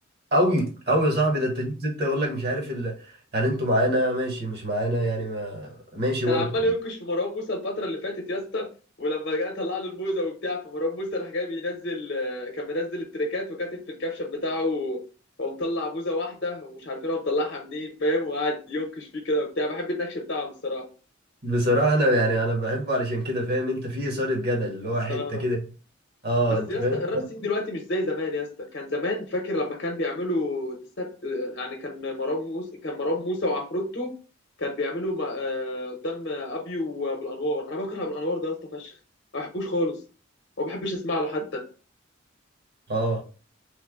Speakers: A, on the right; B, on the left.
A: قوي قوي يا صاحبي ده انت تجيب سته يقول لك مش عارف ال... يعني انتوا معانا ماشي مش معانا يعني ما ماشي
B: كان
A: برضه
B: عمال ينكش في مروان موسى الفتره اللي فاتت يا اسطى ولما جه طلع له الموزه وبتاع فمروان موسى راح جاي بينزل آه، كان منزل التريكات وكاتب في الكابشن بتاعه هو مطلع موزه واحده ومش عارفين هو مطلعها منين فاهم وقعد ينكش فيه كده وبتاع بحب النكش بتاعهم الصراحه
A: بصراحه انا يعني انا بحبه علشان كده فاهم انت في اثاره جدل اللي هو حته
B: اه
A: كده اه
B: بس
A: انت
B: يا
A: فاهم
B: اسطى الراب سين دلوقتي مش زي زمان يا اسطى كان زمان فاكر لما كان بيعملوا ديسات يعني كان مروان موسى كان مروان موسى وعفروتو كان بيعملوا ما- آه، قدام ابي وابو الانوار انا بكره ابو الانوار ده يا اسطى فشخ ما بحبوش خالص وما بحبش اسمع له حتى
A: اه